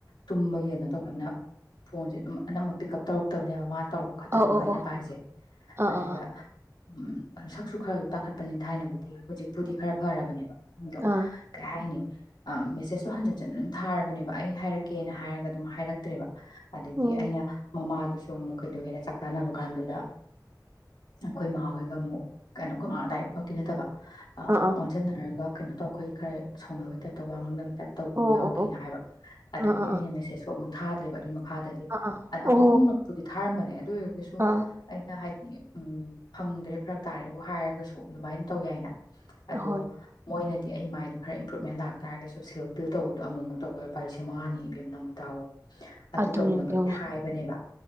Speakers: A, on the left; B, on the right.
A: ꯇꯨꯝꯕꯒꯤ ꯀꯩꯅꯣ ꯇꯧꯕꯅ ꯐꯣꯟꯁꯦ ꯑꯗꯨꯝ ꯑꯅꯝꯕ ꯄꯤꯛ ꯑꯞ ꯇꯧꯔꯛꯇꯕꯅꯦꯕ ꯃꯥꯅ ꯇꯧꯔꯛꯄ ꯈꯛꯇꯅꯦꯕ
B: ꯑꯣ ꯑꯣ
A: ꯑꯩꯅ
B: ꯑꯣ
A: ꯄꯥꯏꯁꯦ
B: ꯑꯥ
A: ꯑꯗꯨꯗ
B: ꯑꯥ ꯑꯥ
A: ꯎꯝ ꯁꯛꯁꯨ ꯈꯔ ꯇꯥꯈꯠꯄꯅꯤꯅ ꯊꯥꯏꯅꯕꯨꯗꯤ ꯍꯧꯖꯤꯛꯄꯨꯗꯤ ꯈꯔ ꯐꯔꯕꯅꯦꯕ ꯗꯣ
B: ꯑꯥ
A: ꯀꯩꯍꯥꯏꯅꯤ ꯑ ꯃꯦꯁꯦꯁꯇꯣ ꯍꯟꯖꯤꯟꯖꯟ ꯑꯗꯨꯝ ꯊꯥꯔꯕꯅꯦꯕ ꯑꯩ ꯍꯥꯏꯔꯛꯀꯦꯅ ꯍꯥꯏꯔꯒ ꯑꯗꯨꯝ ꯍꯥꯏꯔꯛꯇ꯭ꯔꯦꯕ ꯑꯗꯒꯤ
B: ꯎꯝ
A: ꯑꯩꯅ ꯃꯃꯥ ꯑꯗꯨꯁꯨ ꯑꯃꯨꯛ ꯀꯩꯗꯧꯋꯦꯗ ꯆꯥꯛ ꯆꯥꯅꯕ ꯀꯥꯟꯗꯨꯗ ꯑꯩꯈꯣꯏ ꯃꯥꯥꯍꯣꯏꯒ ꯑꯃꯨꯛ ꯀꯩꯅꯣ ꯑꯩꯈꯣꯏ ꯃꯥ ꯗꯥꯢꯔꯦꯛ ꯃꯛꯇꯤ ꯅꯠꯇꯕ ꯑ
B: ꯑꯥ ꯑꯥ
A: ꯑꯣꯟꯖꯟꯅꯔꯒ ꯀꯩꯅꯣ ꯇꯧ ꯑꯩꯈꯣꯏ ꯈꯔ ꯁꯥꯎꯅꯕ ꯇꯥꯏꯞꯇ ꯋꯥ ꯉꯥꯡꯅꯕ ꯇꯥꯏꯞ ꯇꯧꯕ
B: ꯑꯣ
A: ꯑꯃ ꯌꯥꯎꯒꯤꯅ
B: ꯑꯣ ꯑꯣ
A: ꯍꯥꯏꯕ ꯑꯗꯒꯤ
B: ꯑꯥ ꯑꯥ ꯑꯥ
A: ꯑꯩꯅ ꯃꯦꯁꯦꯁꯁꯨ ꯑꯃꯨꯛ ꯊꯥꯗ꯭ꯔꯦꯕ ꯑꯅꯤꯃꯛ ꯃꯈꯥꯗꯗꯤ
B: ꯑꯥ ꯑꯥ
A: ꯑꯗꯣ
B: ꯑꯣ
A: ꯑꯍꯨꯝꯔꯛꯄꯨꯗꯤ ꯊꯥꯔꯝꯕꯅꯦ ꯑꯗꯨꯑꯣꯏ <unintelligible>
B: ꯑꯥ
A: ꯑꯩꯅ ꯍꯥꯏ ꯎꯝ ꯐꯪꯗ꯭ꯔꯦ ꯐꯔꯛ ꯇꯥꯔꯦꯕꯨ ꯍꯥꯏꯔꯒꯁꯨ ꯑꯗꯨꯃꯥꯏꯅ ꯇꯧ ꯌꯥꯏꯅ ꯑꯗꯣ
B: ꯑꯍꯣꯏ
A: ꯃꯣꯏꯅ ꯑꯩ ꯃꯥꯏꯗꯣ ꯏꯝꯄ꯭ꯔꯨꯞꯃꯦꯟ ꯂꯥꯛꯇꯥꯔꯒꯁꯨ ꯁꯤꯜꯛꯛꯇꯤ ꯇꯧꯕꯗꯣꯨꯃꯨꯛ ꯇꯧꯕꯗ ꯂꯨꯄꯥ ꯂꯤꯁꯤꯡ ꯃꯉꯥꯅꯦꯅꯪꯕꯨ ꯇꯥꯎꯋꯣ ꯑꯗꯨ
B: ꯑꯗꯨꯅꯦꯕ
A: ꯇꯧꯅꯕꯒꯤ
B: ꯌꯦꯡꯉꯨꯅꯦ
A: ꯍꯥꯏꯕꯅꯦꯕ